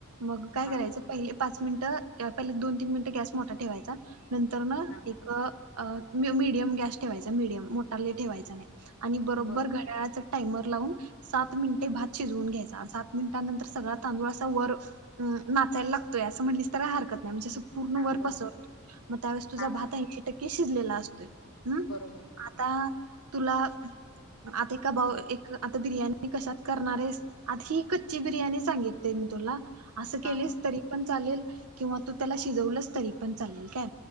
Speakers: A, on the right (about 85°); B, on the left (about 70°).
A: मग काय
B: हां
A: करायचं पहिले पाच मिनि दोन तीन मिनट गॅस मोठा ठेवायचा नंतर ना
B: हां
A: एक अ मीडियम गॅस ठेवायचा मिडयम मोठा लय ठेवायचं नाही आणि बरोबर
B: बरं
A: घड्याळाच टायमर लावून सात मिनिटे भात शिजून घ्यायचा सात मिनिटानंतर सगळा तांदूळा वर नाचायला लागतोय असं म्हटलं तरी हरकत नाही म्हणजे पूर्ण
B: हां
A: वर
B: बरं
A: पसरतो,
B: बरं
A: मग त्यावेळेस तुझा
B: हां
A: भात
B: हां हां
A: ऐंशी टक्के शिजलेला असतो. असतोय हम्
B: बरोबर हा
A: आता तुला आता एका एक बा आता बिर्याणी कशात करणारेस आता ही कच्ची बिर्याणी सांगितते मी तुला असं केलीस
B: हां
A: तरी पण चालेल किंवा तू त्याला शिजवलंस तरी पण चालेल, काय